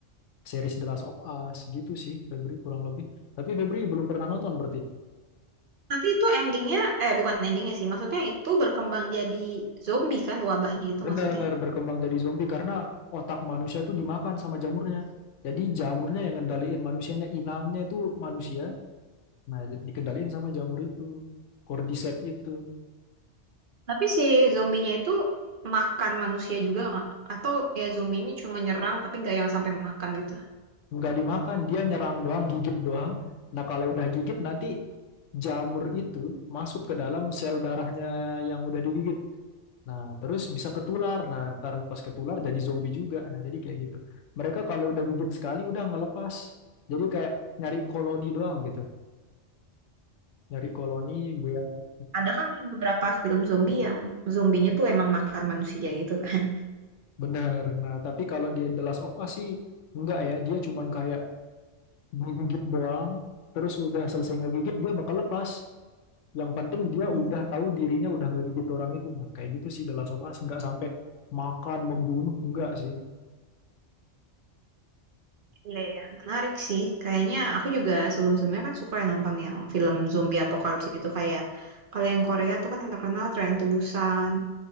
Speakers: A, on the left; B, on the right.
A: series The Last of Us gitu sih Febri kurang lebih. Tapi Febri belum pernah nonton berarti.
B: Tapi itu endingnya, eh bukan endingnya sih, maksudnya itu berkembang jadi zombie kan wabahnya itu
A: Bener
B: maksudnya.
A: berkembang jadi zombie karena otak manusia itu dimakan sama jamurnya. Jadi jamurnya yang ngendaliin manusianya, inangnya itu manusia. Nah, dikendaliin sama jamur itu, Cordyceps itu.
B: Tapi si zombinya itu makan manusia juga nggak? Atau ya zombinya cuma nyerang tapi nggak yang sampai makan gitu.
A: Nggak dimakan, dia nyerang doang, gigit doang. Nah, kalau udah gigit nanti jamur itu masuk ke dalam sel darahnya yang udah digigit. Nah, terus bisa ketular. Nah, ntar pas ketular jadi zombie juga. Nah, jadi kayak gitu. Mereka kalau udah gigit sekali udah nggak lepas. Jadi kayak nyari koloni doang gitu. Nyari koloni buat
B: Ada kan beberapa film zombie yang zombinya tuh emang makan manusia gitu kan.
A: bener. Nah, tapi kalau di The Last of Us sih enggak ya. Dia cuman kayak ngegigit doang. Terus udah selesai ngegigit dia bakal lepas. Yang penting dia
B: Hmm.
A: udah tahu dirinya udah nggak gigit orang itu. Nah, kayak gitu sih The Last of Us nggak sampai makan membunuh enggak sih.
B: Iya, iya, menarik sih. Kayaknya aku juga sebelum-sebelumnya kan suka ya nonton yang film zombie apocalypse itu kayak kalau yang Korea tuh kan yang terkenal Train to Busan.